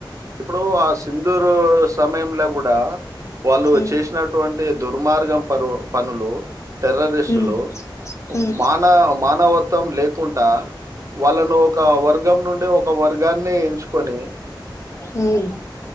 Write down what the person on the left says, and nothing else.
ఉమ్
ఉమ్ ఉమ్.
ఉమ్